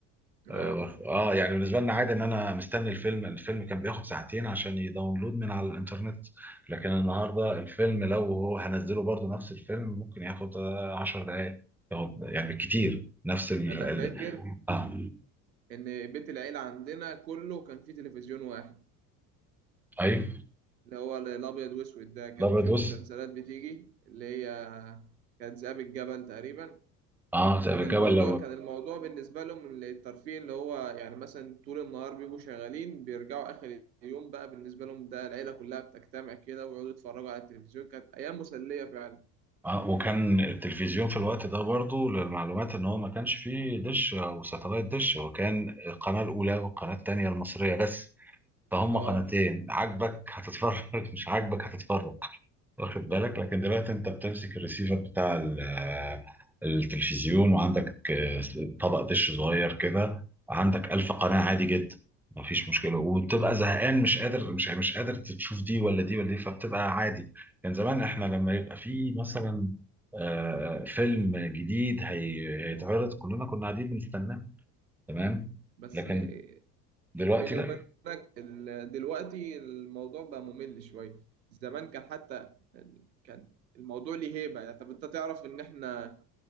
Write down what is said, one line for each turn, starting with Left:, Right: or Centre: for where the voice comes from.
Right: اه
Centre: اه آه، يعني بالنسبه لنا عادي ان انا مستني الفيلم الفيلم كان بياخد ساعتين عشان يداونلود من على الانترنت لكن النهارده الفيلم لو هو هنزله برضه نفس الفيلم ممكن ياخد آه، 10 دقائق ياخد يعني بالكتير نفس ال
Right: انا
Centre: ال-
Right: فاكر
Centre: اه
Right: ان بيت العيلة عندنا كله كان فيه تلفزيون واحد
Centre: ايوه
Right: اللي هو الابيض واسود ده كان
Centre: الابيض
Right: فيه
Centre: وأسود.
Right: مسلسلات بتيجي اللي هي كانت ذئاب الجبل تقريبا
Centre: اه طب
Right: كان
Centre: الجبل
Right: الموضوع كان الموضوع بالنسبة لهم الترفيه اللي هو يعني مثلا طول النهار بيبقوا شغالين بيرجعوا آخر اليوم بقى بالنسبة لهم ده العيلة كلها بتجتمع كده ويقعدوا يتفرجوا على التلفزيون كانت أيام مسلية فعلا
Centre: اه وكان التلفزيون في الوقت ده برضو للمعلومات ان هو ما كانش فيه دش او ساتلايت دش هو كان القناة الاولى والقناة التانية المصرية بس فهم
Right: اه
Centre: قناتين عاجبك هتتفرج <laughs> مش عاجبك هتتفرج واخد بالك لكن دلوقتي انت بتمسك الريسيفر بتاع ال- آه، التلفزيون وعندك آه، طبق دش صغير كده عندك ألف قناة عادي جدا مفيش مشكلة وبتبقى زهقان مش قادر مش مش قادر تشوف دي ولا دي ولا دي فبتبقى عادي كان زمان احنا لما يبقى في مثلا آه، فيلم جديد هي- هيتعرض كلنا كنا قاعدين بنستناه تمام
Right: بس
Centre: لكن
Right: آه،
Centre: دلوقتي
Right: بيني
Centre: لا
Right: وبينك ال- دلوقتي الموضوع بقى ممل شوية زمان كان حتى ال- كان الموضوع ليه هيبة يعني طب انت تعرف ان احنا